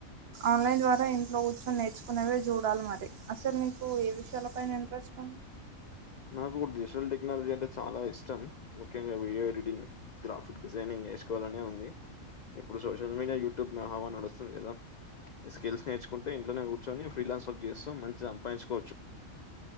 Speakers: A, on the right; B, on the left.
A: ఆన్లైన్ ద్వారా ఇంట్లో కూర్చొని నేర్చుకునేవే చూడాలి మరి అసలు నీకు ఏ విషయాలపైైన ఇంట్రెస్ట్ ఉంది
B: వి నాకు డిజిటల్ టెక్నాలజీ అంటే చాలా ఇష్టం ముఖ్యంగా వీడియో ఎడిటింగ్ గ్రాఫిక్ డిజైనింగ్ నేర్చుకోవాలనే ఉంది ఇప్పుడు సోషల్ మీడియా యూట్యూబ్ హావా నడుస్తుంది కదా ఈ స్కిల్స్ నేర్చుకుంటే ఇంట్లోనే కూర్చొని ఫ్రీలాన్స్ వర్క్ చేస్తూ మంచి సంపాదించుకోవచ్చు